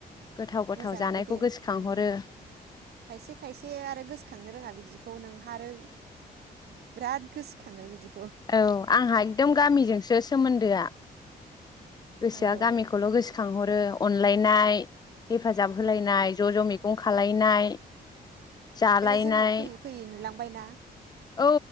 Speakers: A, on the left (about 25°); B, on the right (about 85°).
A: गोथाव गोथाव
B: मोजाङानो दे जानायखौ
A: गोसोखांहरो
B: गोसो खांहरो खायसे खायसे आरो गोसोखांनो रोङा बिदिखौ नोंहा आरो बिराद गोसोखाङो बिदि
A: औ आंहा एकदम गामिजोंसो सोमोन्दोआ। गोसोआ
B: औ
A: गामिखौल' गोसोखांहरो। अनलायनाय हेफाजाब होलायनाय ज' ज' मैगं खालायनाय जालायनाय
B: जानाय लोंनाय औ आं
A: औ